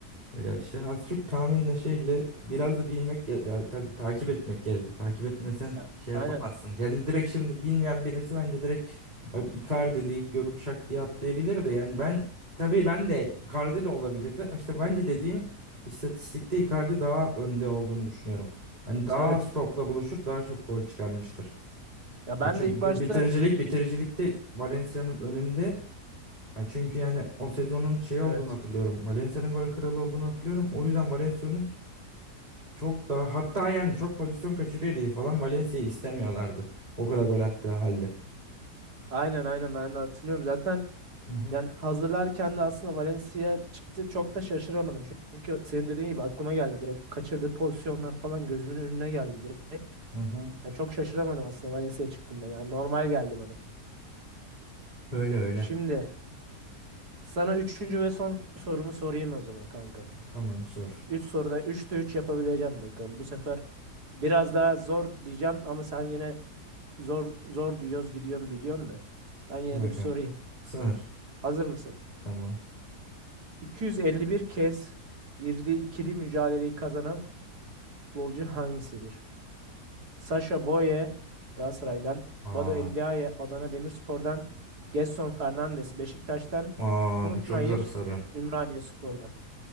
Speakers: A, on the right; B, on the right.
A: Ya işte az çok tahminle şeyle biraz da bilmek ge- ya tabii takip etmek gerekiyor. Takip etmesen
B: Ya,
A: şey yapamazsın.
B: aynen.
A: Yani direkt şimdi bilmeyen birisi bence direkt "Abi Icardi deyip görüp şak diye atlayabilir de yani ben tabii ben de Icardi de olabilirdi. İşte bence dediğim istatistikte Icardi daha önde olduğunu düşünüyorum. Hani
B: E,
A: daha
B: Tabii.
A: az topla buluşup daha çok gol çıkarmıştır.
B: Ya ben
A: Ya çünkü
B: de ilk başta
A: bitiricilik bitiricilikte Valencia'nın önünde ya çünkü yani o sezonun şey olduğunu
B: evet.
A: hatırlıyorum. Valencia'nın gol kralı olduğunu hatırlıyorum. O yüzden Valencia'nın çok daha hatta yani çok pozisyon kaçırıyor diye falan Valencia'yı istemiyorlardı. O kadar gol attığı halde.
B: Aynen aynen ben de hatırlıyorum. Zaten
A: Hı hı
B: yani hazırlarken de aslında Valencia çıktı. Çok da şaşıramadım. Çünkü senin dediğin gibi aklıma geldi direkt. Kaçırdığı pozisyonlar falan gözümün önüne geldi direkt.
A: hı. hı.
B: Yani çok şaşıramadım aslında Valencia çıktığında. Yani normal geldi bana.
A: Öyle öyle.
B: Şimdi sana üçüncü ve son sorumu sorayım o zaman kanka.
A: Tamam sor.
B: Üç soruda üçte üç yapabileceğim bakalım. Bu sefer biraz daha zor diyeceğim ama sen yine zor zor diyoruz gidiyorum biliyorsun da. Ben yine
A: Bakalım.
B: de bir sorayım.
A: Sor.
B: Hazır mısın?
A: Tamam.
B: 251 kez girdiği ikili mücadeleyi kazanan futbolcu hangisidir? Sasha Boye Galatasaray'dan,
A: Aa,
B: Bado Endiaye Adana Demirspor'dan, Gedson Fernandes Beşiktaş'tan,
A: aa
B: Umut
A: bu çok
B: Nayır
A: zor soru.
B: Ümraniyespor'dan.